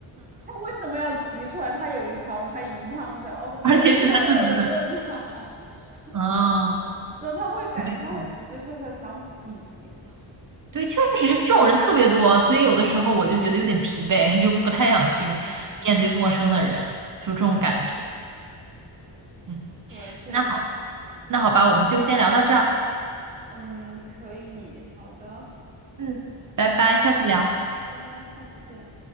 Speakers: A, on the right; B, on the right.
A: 他为什么要提出来他有一条他一样的？<laughs> 哦有又没有人问他，
B: 而且是他自己买。
A: <laughs>
B: 哦，
A: 然后他会感觉他会时时刻刻想比。
B: 没谱对，确实这种人特别多，所以有的时候我就觉得有点疲惫，<laughs> 就不太想去面对陌生的人，
A: 嗯嗯
B: 就这种感觉。嗯，
A: 对，确实，
B: 那好，那好吧，我们就先聊到这儿。
A: 嗯，可以，好的，
B: 嗯，拜拜，
A: 那拜拜，
B: 下次聊。
A: 拜拜，下次见。